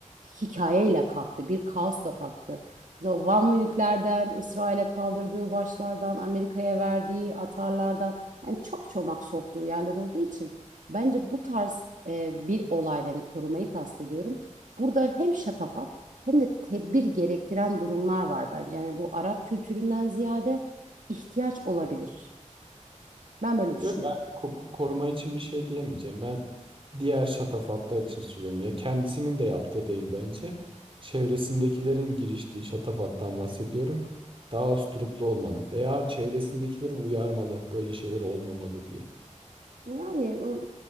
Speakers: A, on the right; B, on the right.
A: hikayeyle kalktı, bir kaosla kalktı. So, Van Münihlerden, İsrail'e kaldırdığı başlardan, Amerika'ya verdiği atarlardan yani çok çomak soktuğu yerler olduğu için bence bu tarz eee, bir olaydan yani korumayı kastediyorum Burada hem şatafat hem de tedbir gerektiren durumlar var bence. Yani bu Arap kültüründen ziyade ihtiyaç olabilir. Ben böyle
B: Yok
A: düşünüyorum.
B: ben ko- ko- koruma için bir şey diyemeyeceğim. Ben diğer şatafatlar için söylüyorum. Ya kendisinin de yaptığı değil bence. Çevresindekilerin giriştiği şatafattan bahsediyorum. Daha usturuplu olmalı veya çevresindekileri uyarmalı. Böyle şeyler olmamalı diye.
A: Yani o-